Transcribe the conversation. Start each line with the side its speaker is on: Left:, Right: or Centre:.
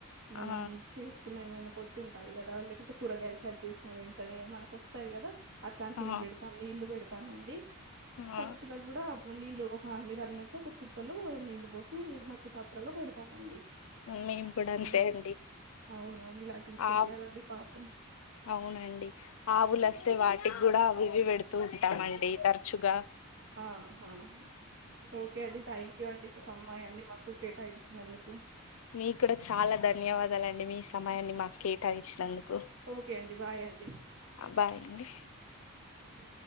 Right: మనం
Left: ఆ
Right: చేసుకున్న ఏమైనా పొట్టు ఉంటాయి కదా లేకుంటే కూరగాయలు కట్ చేసిన వెంటనే మనకు వస్ తాయి కదా అట్లాంటివి
Left: ఆ
Right: పెడతాం నీళ్లు పెడతాంండి
Left: ఆ
Right: పక్షులకు కూడా నీళ్ళు ఒక మీరు అన్నట్టు ఒక చిప్పలు నీళ్ళు పోసి మట్టి పాత్రలో పెడతామండి
Left: మేము కూడా అంతే
Right: హ్మ్
Left: అండి
Right: అవునవును ఇలాంటివి చెయ్యాలండి
Left: ఆ
Right: పాపం
Left: అవునండి ఆవులు
Right: ఆ
Left: వస్తే వా టికి కూడా అవి ఇవి పెడుతూ ఉంటామండి తరుచుగా
Right: అవును అవును ఓకే అండి థ్యాంక్ యూ అండి సం మయం మాకు కేటాయించినందుకు
Left: మీకూడా చాలా ధన్యవాదాలండి మీ సమయాన్ని మాకు కేటాయించినందుకు
Right: ఓకే అండి బాయ్ అండి
Left: బాయ్ అండి
Right: ఉ